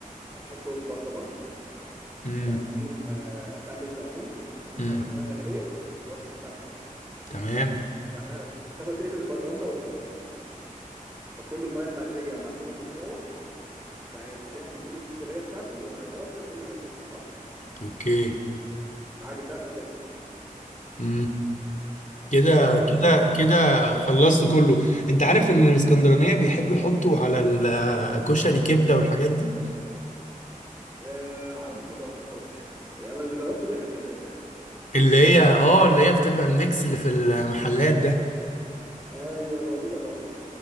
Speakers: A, on the right; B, on the left.
A: هتحطه في برطمان
B: امم
A: وهتديهم آه، خل وكمون وحبه
B: امم
A: ميه مغليه ورشه ملح
B: تمام
A: وهتاخد تقفل البطلان بقى وترج فكل الميه المغليه مع التوم المتشوح فهيديها تديله السخونيه بتاعته وهرجع كله هيميكس في بعض
B: اوكي
A: معاك دقه زي الفل
B: امم كده
A: يعني
B: كده كده خلصت كله انت عارف ان الاسكندرانيه بيحبوا يحطوا على الكشري كبده والحاجات دي
A: آه عادي بس ما جربتهاش يعني انا اللي جربته بيها كانت بالفراخ
B: اللي هي اه اللي هي بتبقى الميكس اللي في المحلات ده
A: ايوه ده دي جربتها